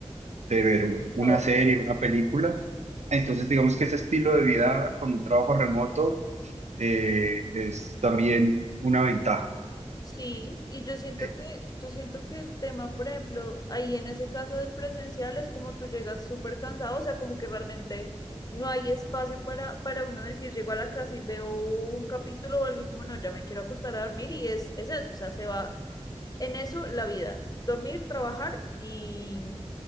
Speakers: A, on the right (about 85°); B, on the left (about 35°).
A: de ver una
B: Todo.
A: serie, una película. Entonces, digamos que ese estilo de vida con un trabajo remoto eh, es también una ventaja
B: Sí, y yo siento
A: Eh,
B: que, yo siento que el tema, por ejemplo, ahí en ese caso del presencial es como tú llegas súper cansado, o sea, como que realmente no hay espacio para, para uno decir, llego a la casa y veo un capítulo o algo, es como, no, ya me quiero acostar a dormir y es, es eso, o sea, se va en eso la vida, dormir, trabajar y,